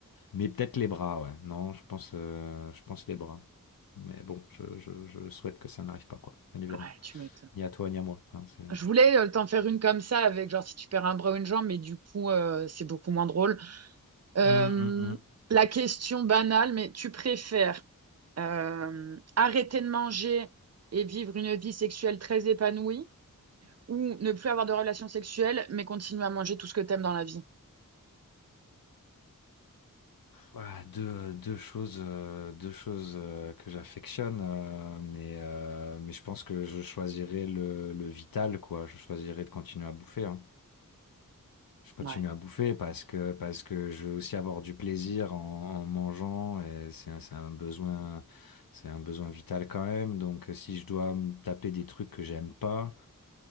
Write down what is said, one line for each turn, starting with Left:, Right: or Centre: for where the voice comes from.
Left: Mais peut-être les bras, ouais. Non, je pense, euh, je pense les bras. Mais bon, je, je, je souhaite que ça n'arrive pas, quoi. Bien évidemment.
Right: Ouais, tu m'étonnes.
Left: Ni à toi, ni à moi. hein, c'est...
Right: Je voulais euh, t'en faire une comme ça, avec genre si tu perds un bras ou une jambe, mais du coup, euh, c'est beaucoup moins drôle. Euh,
Left: Hum, hum, hum.
Right: la question banale, mais tu préfères euh, arrêter de manger et vivre une vie sexuelle très épanouie, ou ne plus avoir de relations sexuelles, mais continuer à manger tout ce que t'aimes dans la vie.
Left: Voilà, deux, deux choses, euh, deux choses euh, que j'affectionne, euh, mais, euh, mais je pense que je choisirais le, le vital, quoi. Je choisirais de continuer à bouffer, hein. Je continue
Right: Ouais.
Left: à bouffer parce que, parce que je veux aussi avoir du plaisir en, en mangeant et c'est, un- c'est un besoin, c'est un besoin vital quand même. Donc, si je dois me taper des trucs que j'aime pas,